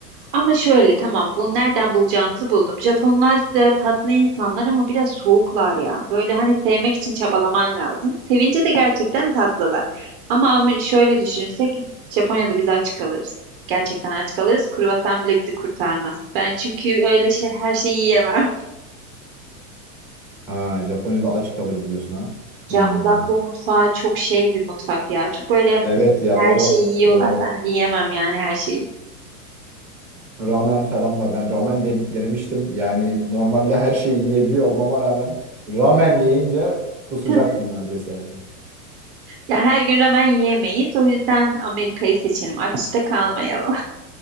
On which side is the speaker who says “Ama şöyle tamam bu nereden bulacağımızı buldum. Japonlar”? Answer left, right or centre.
Right